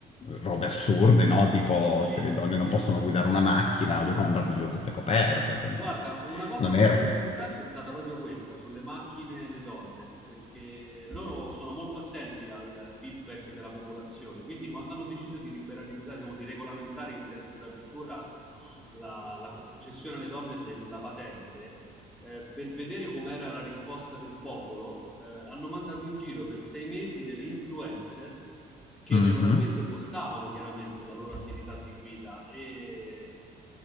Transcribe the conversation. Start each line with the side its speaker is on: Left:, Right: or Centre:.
Left: robe assurde, no? Tipo
Centre: follia.
Left: che le donne
Centre: Sì,
Left: non possono
Centre: sì.
Left: guidare una macchina o devono andare in giro tutte coperte, cioè non,
Centre: Guarda, una cosa
Left: non
Centre: molto
Left: era così.
Centre: interessante è stata proprio questa sulle macchine e le donne, perché loro sono molto attenti al feedback della popolazione, quindi quando hanno deciso di liberalizzare, diciamo, di regolamentare in senso di apertura la, la concessione alle donne della patente, eh, per vedere com'era la risposta del popolo, eh, hanno mandato in giro per sei mesi delle influencer che
Left: Mhm.
Centre: regolarmente postavano chiaramente la loro attività di guida e